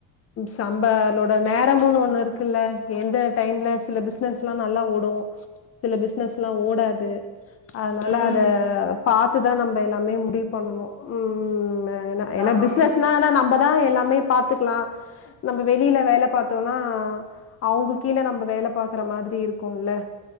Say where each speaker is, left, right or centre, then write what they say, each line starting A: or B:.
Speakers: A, on the left; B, on the left.
A: சம் பலோட நேரம்ன்னு ஒண்ணு இருக்குல்ல எந்த டைம்ல சில பிஸ் பிஸ்னஸ் எல்லா நல்லா ஓடு சில பிஸ்னஸ்ல்லா ஓடாது அதனால
B: ம்
A: அத பாத்துதா நம்ம எல்லாமே முடிவு பண்ணணு ம் அ ஏனா
B: அதா
A: ஏன்னா
B: கொஞ்சோ
A: பிசினஸ்னா நம்மதா எல்லாமே பாத்துக்கலா நம்ம வெளியில வேலை பாத்தோம்னா அவுது கீழ நம்ம வேல பாக்குற மாதிரி இருக்குல